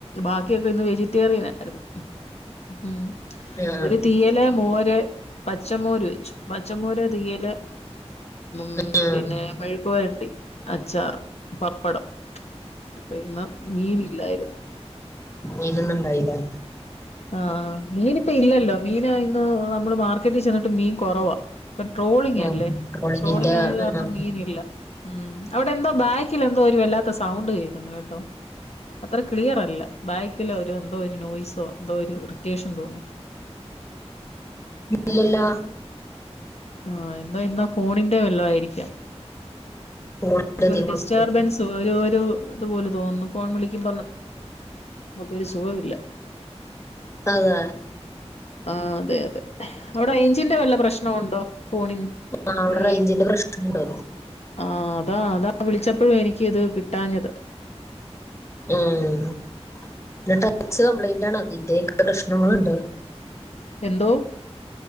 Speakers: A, on the left; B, on the left.
A: ബാക്കിയൊക്കെ ഇന്ന് വെജിറ്റേറിയനായിര്ന്ന്. മ്മ്.
B: ആ
A: ഒരു തീയല് മോര് പച്ചമോര് വെച്ചു പ ച്ചമോര് തീയ്യല് മ്മ്
B: ആ ആ
A: പിന്നെ മെഴുക്കു പൊരട്ടി അച്ചാറ്. പപ്പടം അപ്പം ഇന്ന് മീൻ ഇല്ലായിര്ന്ന്.
B: മീന് ഇന്ന്ണ്ടായില്ല.
A: ആഹ്. മീന് ഇപ്പ ഇല്ലല്ലോ മീന് ഇന്ന് നമ്മള് മാർക്കറ്റി ചെന്നിട്ടും മീൻ കൊറവാ. ഇപ്പം ട്രോളിങ്
B: ഉം
A: അല്ലേ
B: ട്രോളിങ്ങിന്റെ
A: ട്രോളിങ്
B: ആ
A: ആയത് കാരണം മീനില്ല. മ്മ്. അവടെ എന്തോ ബാക്കിലെന്തോ ഒരു വല്ലാത്ത സൗണ്ട് കേക്ക്ന്ന് കേട്ടോ. അത്ര ക്ലിയറല്ല. ബാക്കില് ഒരു എന്തോ ഒരു നോയ്സോ എന്തോ ഒരു ഇറിറ്റേഷൻ തോന്നുന്നു.
B: ഇല്ലല്ലോ.
A: ആഹ് എന്തോ ഇന്നാ ഫോണിന്റെ വല്ലോം ആയിരിക്കാം.
B: ട്രോളിങ്ങിന്റെ
A: നമുക്കൊരു
B: എന്തേലും കുഴപ്പം
A: ഡിസ് റ്റേർബെൻസ് ഒരു ഒരു ഇതുപോലെ തോന്നുന്നു ഫോൺ വിളിക്കുമ്പം. നമുക്കൊരു സുഖവില്ല.
B: അതെ.
A: ആഹ് അതെയതെ. അവടെ റെയ്ഞ്ചിന്റെ വല്ല പ്രശ്നവുണ്ടോ ഫോണിൻ
B: ആ അവിടെ
A: ഈ
B: റേഞ്ചിന്റെ പ്രശ്നമുണ്ട്
A: ആഹ് അതാ അതാ വിളിച്ചപ്പഴും എനിക്കിത് കിട്ടാഞ്ഞത്.
B: മ്മ്. പിന്നെ ട്ടച്ച് കംപ്ലൈന്റാണ് അതിൻ്റെയൊക്കെ പ്രശ്നങ്ങള്ണ്ട്.
A: എന്തോ?